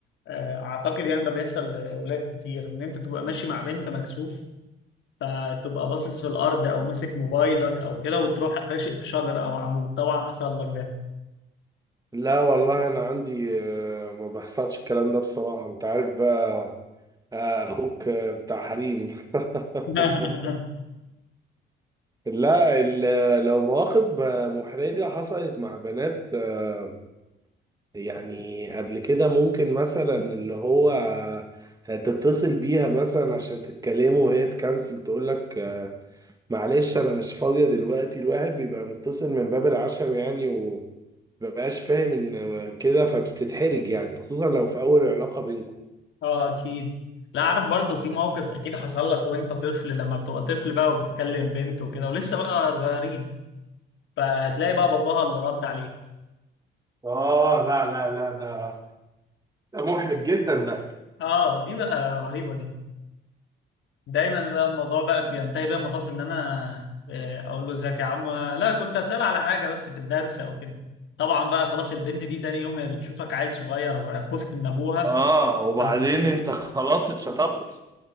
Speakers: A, on the left (about 75°); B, on the right (about 20°).
A: آه، أعتقد يعني ده بيحصل لأولاد كتير إن أنت تبقى ماشي مع بنت مكسوف فتبقى باصص في الأرض أو ماسك موبايلك أو كده وتروح راشق في شجرة أو عمود طبعا حصل لك ده
B: لا والله انا عندي آه، ما بيحصلش الكلام ده بصراحة انت عارف بقى آه، اخوك آه، بتاع حريم <laughs>
A: <laughs>
B: لا ال- لو مواقف محرجة حصلت مع بنات آه، يعني قبل كده ممكن مثلا اللي هو تتصل بيها مثلا عشان تتكلموا وهي تكنسل تقول لك آه، معلش انا مش فاضية دلوقتي الواحد بيبقى متصل من باب العشم يعني ومبقاش فاهم ان كده فبتتحرج يعني خصوصا لو في اول علاقة بينكم
A: اه اكيد لا عارف برضو في موقف اكيد حصل لك وانت طفل لما بتبقى طفل بقى وبتكلم بنت وكده ولسه بقى صغيرين فهتلاقي بقى باباها اللي رد عليك
B: آه لا لا لا ده ده محرج جدا ده
A: اه دي بقى رهيبة دايما بقى الموضوع بقى بينتهي بقى المطاف ان انا آه، اقول له ازيك يا عم انا لا كنت اسال على حاجه بس في الدرس او كده طبعا بقى خلاص البنت دي تاني يوم هي بتشوفك عيل صغير خفت من ابوها ف
B: آه وبعدين
A: <laughs>
B: أنت خلاص اتشطبت